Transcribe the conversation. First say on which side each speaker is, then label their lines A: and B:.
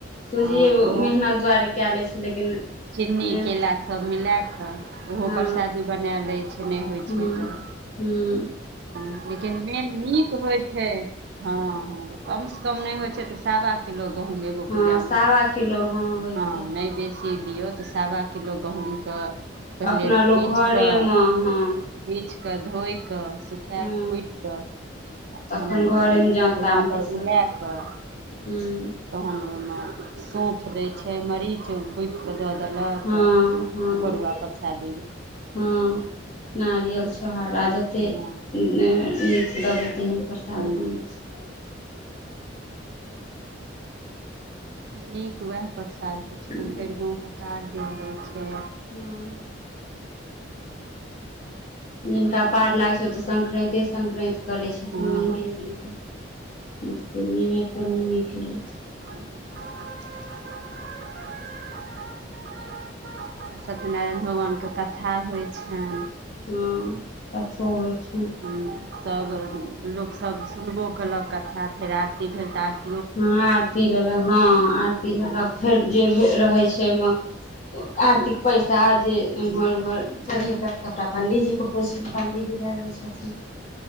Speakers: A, on the left; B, on the right.
A: सोझे
B: अ,
A: मेहनत दुआरे कए ले छै लेकिन
B: चिन्नी
A: मेन
B: केला
A: तऽ
B: सब मिला कऽ ओहो
A: हँ
B: परशादी बनाए लै छै नहि होइ
A: हूँ
B: छै तऽ
A: हूँ
B: ह लेकिन मेन नीक होइ छै हँ हॅ कम से कम नहि होइ छै तऽ सावा किलो गहूँम एगो
A: हँ
B: पूजामे
A: सावा किलो होयके
B: हँ
A: चाही
B: नहि बे सी दियौ तऽ सावा किलो गहम कऽ पहिले
A: अपना लोक
B: बीछि
A: घरेमे
B: कऽ
A: हँ
B: बिछ कऽ धोए कऽ सुखा
A: हँ
B: कऽ कुटि कऽ आ तहन
A: तखन
B: ओकरा
A: घरेमे जाँतामे
B: चूल्हापर
A: पीसल
B: उलाए कऽ
A: हूँ
B: तहन ओहिमे सौँफ दै छै मरीच के दऽ देलक
A: हँ हँ
B: घरुआ परसादीमे
A: हँ नारियल छोहहाडा जते
B: हँ
A: नहि नीक देबै तेहन प्रसाद
B: हूँ
A: बनै छै
B: नीक उएह प्रसाद होइत
A: छै
B: छनि भैरि गाँव हकार देल जाइत छै
A: हँ जिनका पार लागै छैौ तऽ संक्रान्ते सं्क्रान्ति करै छथिन
B: हँ
A: महिने दिनपर नहि तऽ पूर्णिमे पूर्णिमे केलथि
B: ह <unintelligible> सत्यनारायण भगवान के कथा होइ छनि
A: हँ कथो होइ छनि
B: हूं सब लोक सब सुनबो केलक कथा फेर आरती भेल तऽ आरती
A: हँ आरती लेलक हँ आरती लेलक
B: हूँ
A: फेर जे रहै छै ओहिमे आर्तिक पैसा जे
B: हूँ
A: ईम्हर उम्हर चढ़ेलक सभटा पंडीजीे के होय छै पंडीजी लए लै छथिन